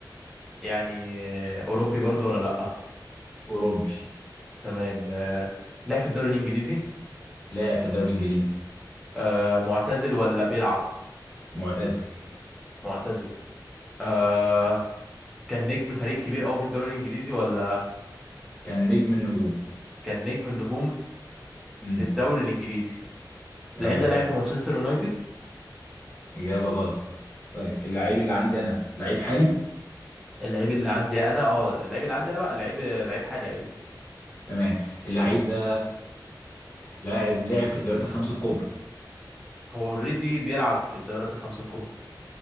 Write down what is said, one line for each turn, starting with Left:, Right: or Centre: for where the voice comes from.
Centre: يعني أوروبي برضو ولا لأ
Left: اوروبي
Centre: تمام آه، لعب في الدوري الإنجليزي
Left: لاعب في الدوري الانجليزي
Centre: آه، معتزل ولا بيلعب
Left: معتزل
Centre: معتزل آه، كان نجم فريق كبير أوي في الدوري الإنجليزي ولا
Left: كان نجم النجوم
Centre: كان نجم النجوم
Left: امم
Centre: في الدوري الإنجليزي
Left: تمام
Centre: اللعيب ده لعب في مانشستر يونايتد
Left: اجابه غلط طيب اللعيب اللي عندي انا لعيب حالي
Centre: اللعيب اللي عندي أنا اه اللعيب اللي عندي أنا بقى اللعيب لعيب حالي أيوه
Left: تمام اللعيب
Centre: مم.
Left: ده لاعب لعب في الدوريات الخمس الكبرى
Centre: هو اوريدي بيلعب في الدورات الخمسة الكبرى